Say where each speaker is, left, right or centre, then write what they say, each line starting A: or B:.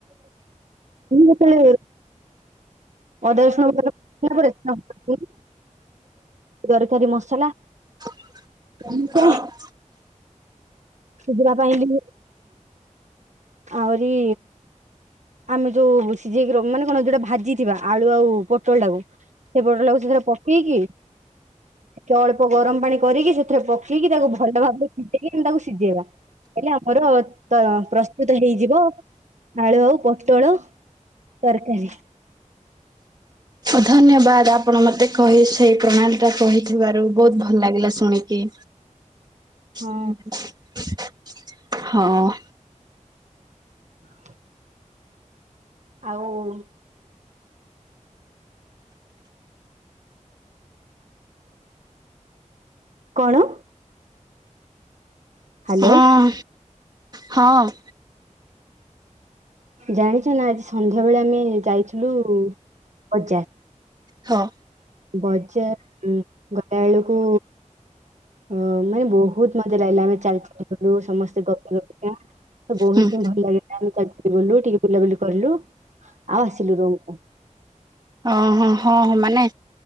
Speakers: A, on the right; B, on the right.
A: ହେତଳେ ଘର ଅଦା ରସୁଣ ପରେ କେ ପରେ ଥାମ୍ ପକେଇ ଦରକାରୀ ମସଲା
B: <inaudible>
A: ଏମିତି ଶୁଦୁରା ପାଇଁ ଇ ଆହୁରି ଆମେ ଯୋଉ ସିଜେଇକି ର ମାନେ କଣ ଯୋଉଟା ଭାଜିଥିବା ଆଳୁ ଆଉ ପୋଟଳ ଟାକୁ ସେ ପୋଟଳକୁ ସେଇଥିରେ ପକେଇକି ତ ଅଳ୍ପ ଗରମ ପାଣି କରିକି ସେଥିରେ ପ କେଇକି ତାକୁ ଭଲ ଭାବରେ ପିଟେଇକି ତାକୁ ସିଜେଇବା ହେଲେ ଆମର ତ ପ୍ର ତୁତ ହେଇଯିବ ଆଳୁ ଆଉ ପଟଳ ତରକାରୀ।
B: ଧନ୍ୟବାଦ ଆପଣ ମତେ କହି ସେଇ ପ୍ରଣାଳୀଟା କହିଥିବାରୁ ବହୁତ ଭଲ ଲାଗିଲା ଶୁଣିକି।
A: ହଁ
B: ଉଁ ହୁଁ ହଁ।
A: ହ ଆଉ କଣ? ହାଲୋ
B: ଅଁ ହଁ।
A: ଜାଣିଛ ନା ଆଜି ସନ୍ଧ୍ୟା ବେଳେ ଆମେ ଯାଇଥିଲୁ ବଜାର
B: ହଁ।
A: ବଜାର ଗଲାଏଳୁକୁ ଅ ମାନେ ବହୁତ ମଜା ଲାଗିଲା ଆମେ ଚାଲି ଚାଲୁ ସମସ୍ତେ ଗପି ଗପିକା। ଏ ବହୁତ
B: ହୁଁ
A: ହିଁ ଭଲ ଲାଗିଲା ଆମେ ଚାଲ ଚାଲି ଗଲୁ ଟିକେ ବୁଲାବୁଲି କରଲୁ ଆଉ ଆସିଲୁ ରୁମକୁ।
B: ଅଁ ହଁ ହଁ ହଁ ମାନେ